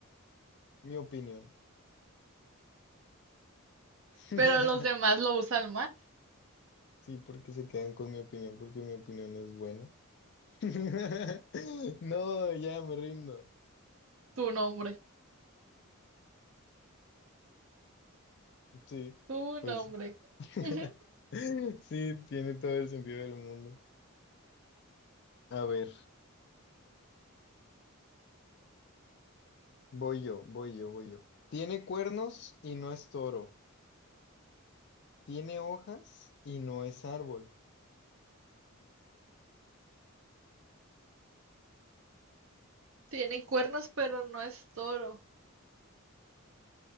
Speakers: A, on the left; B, on the right.
A: mi opinión. <laughs>
B: Pero los demás lo usan más.
A: Sí, porque se quedan con mi opinión, porque mi opinión es buena. <laughs> No, ya me rindo.
B: Tu nombre.
A: Sí,
B: Tu
A: pues.
B: nombre.
A: <laughs>
B: Ujú.
A: Sí, tiene todo el sentido del mundo. A ver, voy yo, voy yo, voy yo. Tiene cuernos y no es toro. Tiene hojas y no es árbol.
B: Tiene cuernos, pero no es toro.